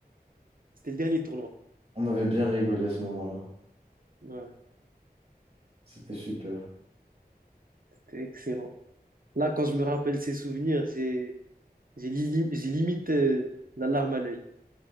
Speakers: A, on the right; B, on the right.
A: C'était le dernier tournoi.
B: on avait bien rigolé à ce moment-là.
A: Ouais,
B: C'était super.
A: c'était excellent. Là, quand je me rappelle ces souvenirs, j'ai, j'ai, li- j'ai limite euh, la larme à l'œil.